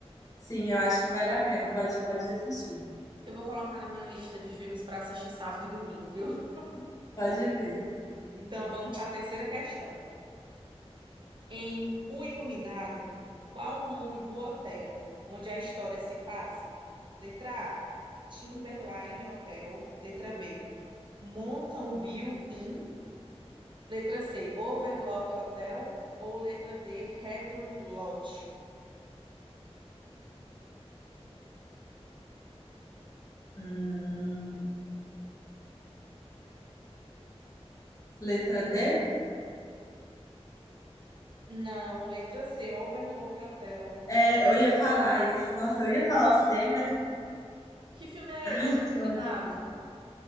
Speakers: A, on the left (about 30°); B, on the right (about 45°).
A: Sim, eu acho que vale a pena. Pode, pode assistir.
B: Eu vou colocar na minha lista de filmes para assistir sábado e domingo, viu? <laughs>
A: Pode ver.
B: Então vamos para a terceira questão. Em O Iluminado, qual o nome do hotel onde a história se passa? Letra A, Timberline Hotel. Letra B, Mountain View Inn. Letra C, Overlock Hotel. Ou letra D, Redrum Lodge.
A: Hum, letra D?
B: Não, letra C, Overlock Hotel.
A: É, eu ia falar isso. Nossa, eu ia falar o C, mas.
B: Que filme é
A: Ai,
B: esse, O Iluminado?
A: que ódio.